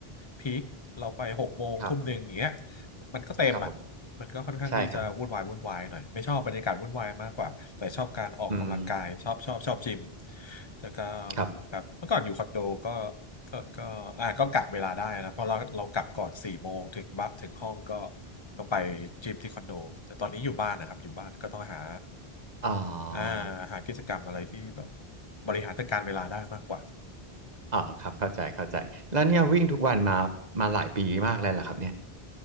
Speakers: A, on the left; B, on the right.
A: พีคเราไปหกโมงทุ่มหนึ่งอย่างเงี้ย
B: ครับ
A: มันก็เต็มอ่ะ
B: ครับผม
A: มันก็ค่อนข้างที่จะวุ่นวายวุ่นวายหน่อยไม่ชอบบรรยากาศวุ่นวายมากกว่าแต่ชอบการออกกำลังกายชอบชอบชอบจิม
B: ใช่ครับอืม
A: แต่ก็
B: ครับ
A: ครับเมื่อก่อนอยู่คอนโดก็ก็ก็อ่าก็กะเวลาได้นะเพราะเราเรากลับก่อนสี่โมงถึงบัฟถึงห้องก็ก็ไปจิมที่คอนโดแต่ตอนนี้อยู่บ้านนะครับอยู่บ้านก็ต้องหา
B: อ๋อ
A: อ่าหากิจกรรมอะไรที่แบบบริหารจัดการเวลาได้มากกว่า
B: อ๋อครับเข้าใจเข้าใจแล้วเนี่ยวิ่งทุกวันมามาหลายปีมากแล้วเหรอครับเนี่ย